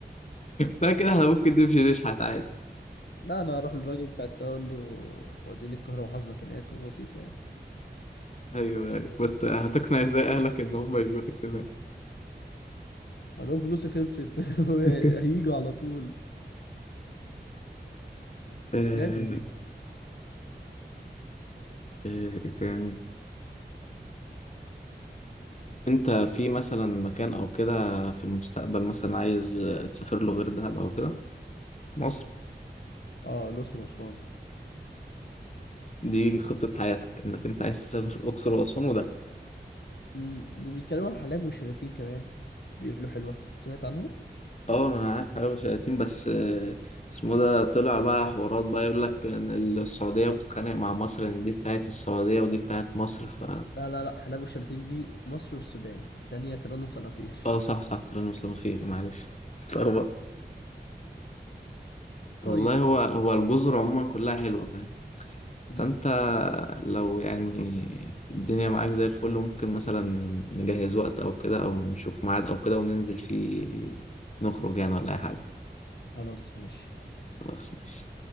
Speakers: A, on the left (about 40°); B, on the left (about 70°).
A: لا كده احنا ممكن نمشي نشحت عادي
B: <laughs> لا انا هروح للراجل بتاع السواق اقول له وديني القاهرة وحاسبك هناك وبسيطة يعني
A: ايوه ايوه بس هتقنع ازاي اهلك ان هم يجوا لك هناك
B: اقول لهم فلوسي خلصت <laughs>
A: <laughs>
B: هيجوا على طول
A: آه،
B: لازم يجوا
A: آه، ايه تاني انت في مثلا مكان او كده في المستقبل مثلا عايز تسافر له غير دهب او كده في مصر
B: اه الاقصر واسوان
A: دي خطة حياتك انك انت عايز تسافر الاقصر واسوان وده
B: م، بيتكلموا عن حلايب والشلاتين كمان بيقولوا حلوة سمعت عنها
A: اه ما انا عارف حلاوة وشلاتين بس آه، اسمه ده طلع بقى حوارات بقى يقول لك ان السعودية بتتخانق مع مصر ان دي بتاعت السعودية ودي بتاعت مصر ف
B: لا لا لا حلايب والشلاتين دي مصر والسودان التانية تيران وصنافير
A: اه صح صح طلعنا مسلمين فيه معلش <laughs>
B: <laughs> طيب
A: والله هو هو الجزر عموما كلها حلوة فاهم
B: امم
A: فأنت لو يعني الدنيا معاك زي الفل ممكن مثلا نجهز وقت أو كده أو نشوف ميعاد أو كده وننزل فيه نخرج يعني ولا أي حاجة
B: خلاص ماشي
A: خلاص ماشي